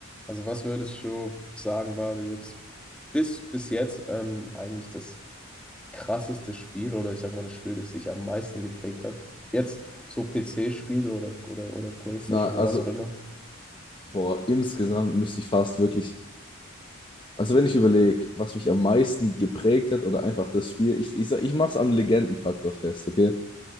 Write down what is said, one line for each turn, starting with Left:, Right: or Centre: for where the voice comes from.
Centre: Also was würdest du sagen, war jetzt bis, bis jetzt ähm, eigentlich das krasseste Spiel oder ich sag mal das Spiel, das dich am meisten geprägt hat? Jetzt so PC-Spiel oder, oder, oder PlayStation
Left: Na,
Centre: oder
Left: also,
Centre: was auch immer.
Left: boah, insgesamt müsste ich fast wirklich, also wenn ich überlege, was mich am meisten geprägt hat oder einfach das Spiel, ich, ich, sag- ich mache es am Legendenfaktor fest, okay?